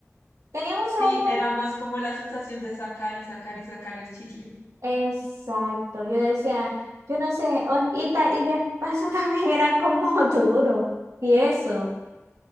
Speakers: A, on the right; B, on the left.
A: Tenían un
B: Sí,
A: sabor
B: era más como la sensación de sacar y sacar y sacar el chicle.
A: exacto. Yo decía, yo no sé, o- y, ta- y de paso <laughs> también eran como <laughs> duros y eso.